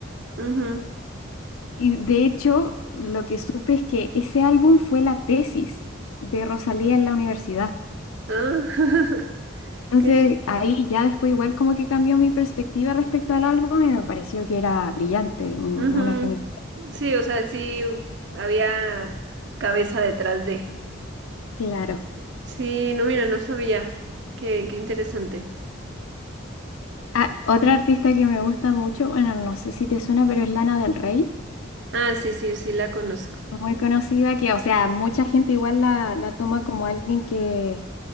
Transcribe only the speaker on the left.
Y de hecho, lo que supe es que ese álbum fue la tesis de Rosalía en la universidad.
Entonces,
ahí ya después igual como que cambió mi perspectiva respecto al álbum y me pareció que era brillante, un-
una genial.
Claro.
Ah, otra artista que me gusta mucho, bueno, no sé si te suena, pero es Lana del Rey,
muy conocida, que, o sea, mucha gente igual la, la toma como alguien que,